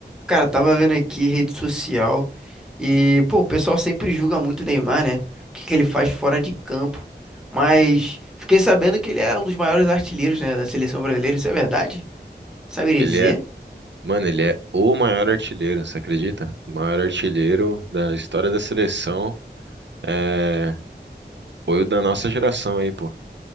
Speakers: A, in the centre; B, on the right (about 85°).
A: Cara, tava vendo aqui rede social e, pô, o pessoal sempre julga muito o Neymar, né? O que que ele faz fora de campo. Mas fiquei sabendo que ele é um dos maiores artilheiros, né, da seleção brasileira. Isso é verdade? Saberia
B: Ele
A: dizer?
B: é, mano, ele é o maior artilheiro, você acredita? O maior artilheiro da história da seleção é, foi o da nossa geração aí, pô.